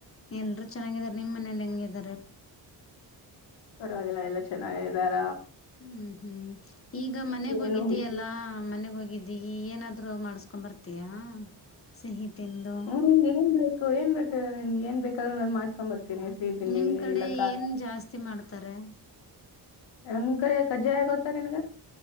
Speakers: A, on the left; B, on the left.
A: ಎಲ್ರೂ ಚೆನ್ನಾಗಿದಾರೆ ನಿಮ್ ಮನೇಲಿ ಹೆಂಗಿದಾರೆ?
B: ಪರವಾಗಿಲ್ಲ ಎಲ್ಲ ಚೆನ್ನಾಗ ಇದ್ದಾರ.
A: ಹ್ಮ್ ಹ್ಮ್ ಈಗ ಮನೆಗ್ ಬೊಗಿದ್ದೀಯಲ್ಲಾ
B: ಏನು ವಿಶೇಷ
A: ಮನೆ ಬೊಗ್ ಇದ್ದೀ ಏನಾದ್ರು ಮಾಡಸ್ಕೊಂಡ್ ಬರ್ತಿಯಾ ಸಿಹಿ- ತಿಂದು
B: ಹ್ಮ್ ಏನ್ಬೇಕು ಏನ್ ಬೇಕ್ ಹೇಳಿ ನಿಮ್ಗ್ ಏನ್ ಬೇಕಾದ್ರೂ ನಾನ್ ಮಾಡಸ್ಕೊಂಬರ್ ಇ ಸಿಹಿ ತಿಂಡಿ
A: ನಿಮ್ ಕಡೆ
B: ಇಲ್ಲ ಕ
A: ಏನ್ ಜಾಸ್ತಿ ಮಾಡ್ತಾರೆ
B: ನಮ್ ಕಡೆ ಕಜ್ಜಾಯ ಗೋತ್ತ ನಿಮ್ಗ?